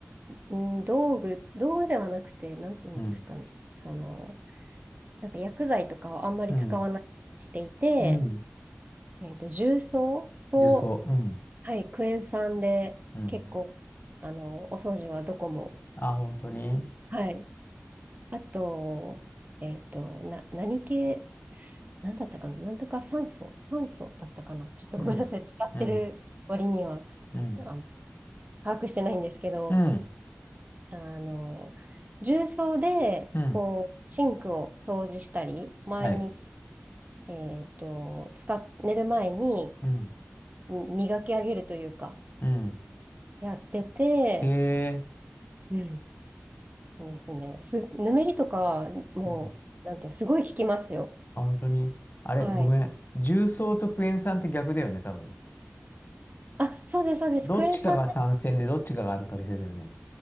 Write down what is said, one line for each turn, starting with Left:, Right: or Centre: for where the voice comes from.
Right: うん道具、道具ではなくて、なんて言うんですかね。
Left: うん、
Right: その、なんか薬剤とかをあんまり使わないようにしていて、
Left: うん、うん、
Right: えっと、重曹と、
Left: 重曹、うん、
Right: はい、クエン酸で結構、
Left: うん。
Right: あの、お掃除はどこも。
Left: あ、本当に
Right: はい。あと、えっと、な、何系、なんだったかな、なんとか酸素、炭素だったかな、ちょっとごめんなさい、
Left: うん、
Right: 使ってる割には
Left: うん、うん、
Right: あの把握してないんですけど、
Left: うん、
Right: あの重曹でこうシンクを掃除したり、
Left: うん、
Right: 毎日、
Left: はい、
Right: えっと、使っ、寝る前に
Left: うん、
Right: うん磨き上げるというか、
Left: うん。
Right: やってて、
Left: へえ、
Right: うんですね、す、ぬめりとか、もう、
Left: うん。
Right: なんていう、すごい効きますよ。
Left: あ、本当にあれ、
Right: はい。
Left: ごめん。重曹とクエン酸って逆だよね、多分。
Right: あ、そうです、そうです。
Left: どっちかが酸性で、
Right: クエン酸で
Left: どっちかがアルカリ性だよね。